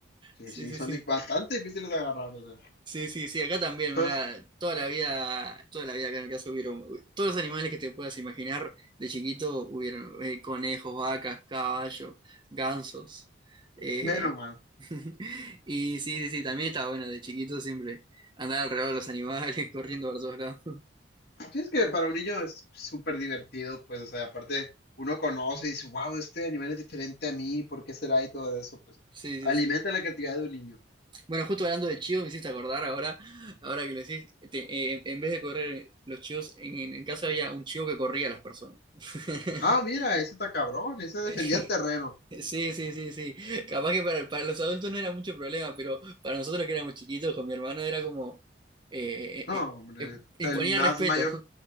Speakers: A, on the left; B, on the right.
A: Sí,
B: Sí,
A: sí,
B: sí,
A: son
B: sí.
A: di- bastante difíciles de agarrar, o sea.
B: Sí, sí, sí, acá también,
A: Entonces,
B: mirá, toda la vida, toda la vida acá en mi casa hubieron, todos los animales que te puedas imaginar de chiquito hubieron eh, conejos, vacas, caballos, gansos. eh,
A: menos más.
B: <laughs> y sí, sí, sí, también está bueno de chiquito siempre andar alrededor de los animales, <laughs> corriendo por todos lados.
A: Sí, es que para
B: <laughs>
A: un niño es súper divertido, pues, o sea, aparte uno conoce y dice, wow, este animal es diferente a mí, ¿por qué será? Y todo eso, pues,
B: Sí,
A: alimenta
B: sí, sí.
A: la creatividad de un niño.
B: Bueno, justo hablando de chivos, me hiciste acordar ahora, ahora que lo decís, te- eh, en vez de correr los chivos, en, en casa había un chivo que corría a las personas. <laughs>
A: Ah, mira, ese está cabrón, ese defendía
B: Sí.
A: el terreno.
B: Sí, sí, sí, sí. Capaz que para, para los adultos no era mucho problema, pero para nosotros que éramos chiquitos, con mi hermano era como... eh,
A: No,
B: eh,
A: hombre,
B: eh, eh, imponía
A: el más
B: respeto.
A: mayor,